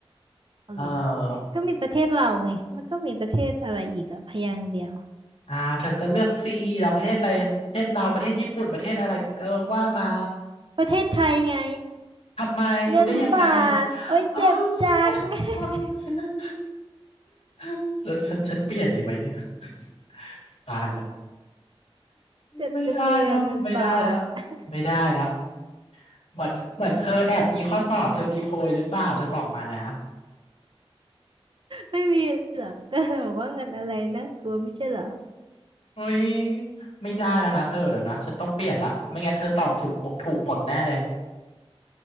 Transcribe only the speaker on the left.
เออ
อ่าเธอก็เลือกซีเราประเทศอะไรประเทศเราประเทศญี่ปุ่นประเทศอะไรก็ก็ว่ามา
ทำไมดูได้ยังไง
อ๋อ
าว <laughs> แล้วฉันฉันเปลี่ยนดีไหมเนี่ย <laughs> ตายละ
ไม่ได้แล้วไม่ได้แล้ว
ไม่ได้แล้วเหมือนเหมือนเธอแอบมีข้อสอบเธอปีโพยหรือเปล่าเธอบอกมานะ
อุ้ยไม่ได้แล้วนะเธอเดี๋ยวนะฉันต้องเปลี่ยนละไม่งั้นเธอตอบถูกหมดถูกหมดแน่เลย